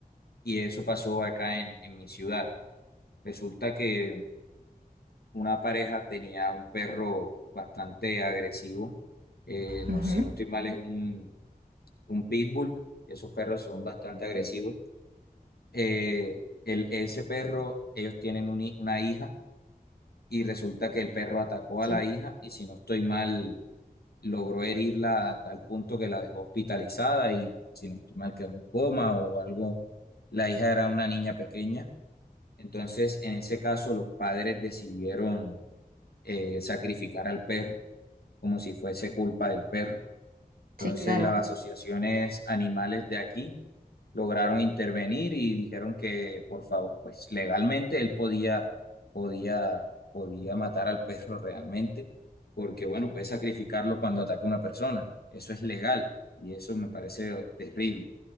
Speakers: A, on the left; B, on the right.
A: y eso pasó acá en, en mi ciudad. Resulta que una pareja tenía un perro bastante agresivo, eh, no,
B: Ujú.
A: si no estoy mal es un, un pitbull, esos perros son bastante agresivos eh, el, ese perro, ellos tienen un hi- una hija y resulta que el perro atacó
B: Sí,
A: a la hija y si no estoy mal, logró herirla a tal punto que la dejó hospitalizada y si no estoy mal quedó en coma o algo. La hija era una niña pequeña. Entonces, en ese caso, los padres decidieron eh, sacrificar al perro como si fuese culpa del perro. Entonces,
B: sí, claro.
A: las asociaciones animales de aquí lograron intervenir y dijeron que, por favor, pues legalmente él podía, podía, podía matar al perro realmente, porque bueno, puede sacrificarlo cuando ataque a una persona. Eso es legal y eso me parece terrible.